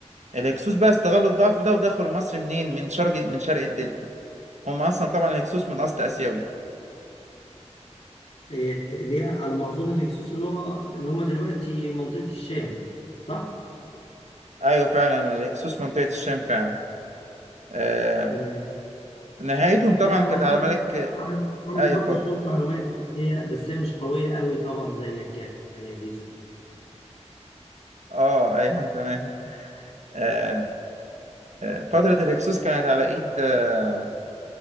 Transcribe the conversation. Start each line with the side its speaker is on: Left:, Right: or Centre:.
Right: الهكسوس بقى استغلوا الضعف ده ودخلوا مصر منين من شرق من شرق الدلتا هم أصلا طبعا الهكسوس من أصل آسيوي
Left: إيه اللي هي على ما أظن الهكسوس اللي هو اللي هم دلوقتي منطقة الشام صح؟
Right: أيوة فعلا الهكسوس منطقة الشام فعلا آه
Left: تمام
Right: نهايتهم طبعا
Left: طب ما
Right: كانت
Left: أنا
Right: على
Left: عندي
Right: ملك
Left: شو... عندي عندي
Right: أيوة
Left: برضه
Right: اتفضل
Left: شوية معلومات بس هي بس هي مش قوية قوي طبعا زيك يعني يا زيزو
Right: اه ايوه <laughs> تمام آه آه فترة الهكسوس كانت على ايد آه،